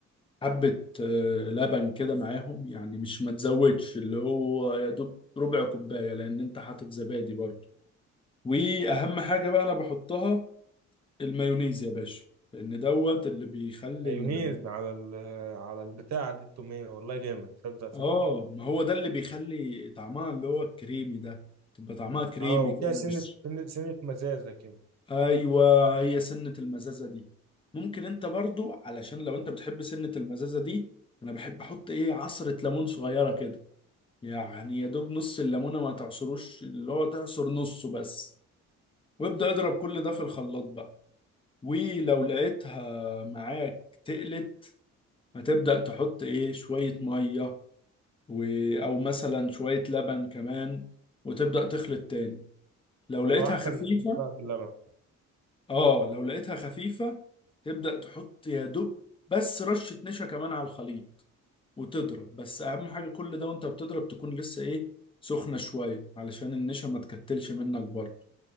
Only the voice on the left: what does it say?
حبة آه، لبن كده معاهم يعني مش ما تزودش اللي هو يا دوب ربع كوباية لأن أنت حاطط زبادي برضو واهم حاجه بقى انا بحطها المايونيز يا باشا لان دوت اللي بيخلي
ال...
اه ما هو ده اللي بيخلي طعمها اللي هو الكريمي ده تبقى طعمها كريمي
كده
مش
ايوه هي سنة المزازة دي ممكن انت برضو علشان لو انت بتحب سنة المزازة دي انا بحب احط ايه عصرة ليمون صغيرة كده يعني يا دوب نص الليمونة ما تعصروش اللي هو تعصر نصه بس وابدأ اضرب كل ده في الخلاط بقى ولو لقيتها معاك تقلت هتبدأ تحط ايه شوية مية و... او مثلا شوية لبن كمان وتبدأ تخلط تاني لو
لقيتها
خفيفة
اه لو لقيتها خفيفة تبدأ تحط يا دوب بس رشة نشا كمان على الخليط وتضرب بس اهم حاجة كل ده وانت بتضرب تكون لسه ايه سخنة شوية علشان النشا ما تكتلش منك برضه